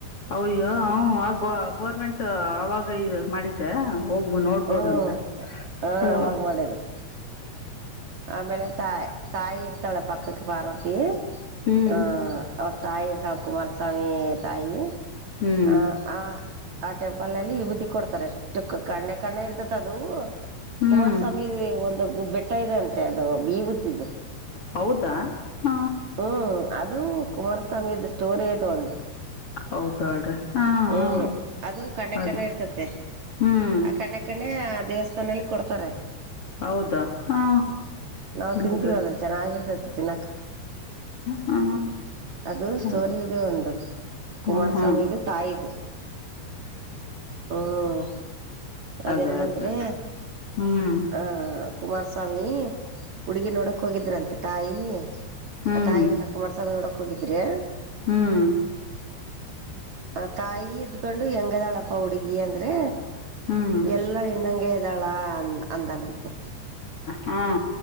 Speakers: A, on the left; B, on the right.
A: ಅಯ್ಯೋ ಹ ಆ ಗೋರ್ಮೆಂಟ್ ಅವಾಗ ಇ ಮಾಡಿದ್ದೆ ಹೋಗುವ ನೋಡ್ಬೋದಂತ
B: ಹ್ಮ್
A: ಹ
B: ಅವಾಗ ಮಾಡಿದ್ವಿ ಆಮೇಲೆ ತಾಯಿ ತಾಯಿ ಇರ್ತಾಳೆ ಪಕ್ಕಕ್ಕೆ ಪಾರ್ವತಿ
A: ಹ್ಮ್
B: ಆಹ ಅವರ್ ತಾಯಿ ಇರ್ತಾವ ಕುಮಾರಸ್ವಾಮಿ ತಾಯಿ
A: ಹ್ಮ್
B: ಆ ಆ ಆ ಟೆಂಪಲ್ ನಲ್ಲಿ ವಿಭೂತಿ ಕೊಡ್ತಾರೆ ಎಷ್ಟು ಕಣ್ಣೆ ಕಣ್ಣೆ ಇರ್ತತಿ ಅದು
A: ಹ್ಮ್
B: ಕುಮಾರಸ್ವಾಮಿ ಒಂದು ಹೂ ಬೆಟ್ಟ ಇದೆ ಅಂತೆ ಅದು ಬೀ ಬತ್ತಿದ್ದು
A: ಹೌದಾ ಹ
B: ಹ್ಮ್ ಅದು ಕುಮಾರಸ್ವಾಮಿ ಸ್ಟೋರಿ ಐ್ತ ಉಟು
A: ಹೌದಾಳ್ರಿ ಹಾ
B: ಹ್ಮ್
A: ಹಾ
B: ಅದು ಕಣ್ಣೆ
A: ಹೌದು
B: ಕಣ ಇಡ್ತತ್ತ
A: ಹ್ಮ್
B: ಆ ಕಣ್ಣೆ ಕಣ್ಣೆ ಆ ದೇವಸ್ಥಾನಲ್ಲಿ ಕೊಡ್ತಾರೆ
A: ಹೌದಾ ಹಾ
B: ನಾವ್
A: ನೋಡ್ರ
B: ತಿಂತೀವಿ ಅದನ್ ಚೆನ್ನಾಗಿರ್ತತಿ ತಿನ್ನಕ್
A: ಹಾ
B: ಅದು ಸ್ಟೋರಿ
A: ಹೌದು
B: ಇದೆ ಒಂದು
A: ಹ್ಮ್
B: ಕುಮಾರಸ್ವಾಮಿದು
A: ಹ್ಮ್
B: ತಾಯದುು ಹ್ಮ್ ಅದ
A: ಅದೇ
B: ಹೆಂಗಂದ್ರೆ
A: ಅದೇ ಹ್ಮ್
B: ಆ ಕುಮಾರಸ್ವಾಮಿ ಹುಡುಗಿ ನೋಡಕ್ ಹೋಗಿದ್ರಂತೆ ತಾಯಿ
A: ಹ್ಮ್
B: ತಾಯಿಯ ಎಲ್ಲಾ ಕುಮಾರಸ್ವಾಮಿ ನೋಡಕ್ ಹೋಗಿದ್ರಿ
A: ಹ್ಮ್
B: ಆ ತಾಯಿ ಇದ್ಕೊಂಡು ಹೆಂಗದಾಳಪ್ಪ ಹುಡ್ಗಿ ಅಂದ್ರೆ
A: ಹ್ಮ್
B: ಎಲ್ಲ ಇನ್ನಂಗೆ ಇದ್ದಾಳ ಅ ಅಂದನಂತೆ
A: ಹಾಂ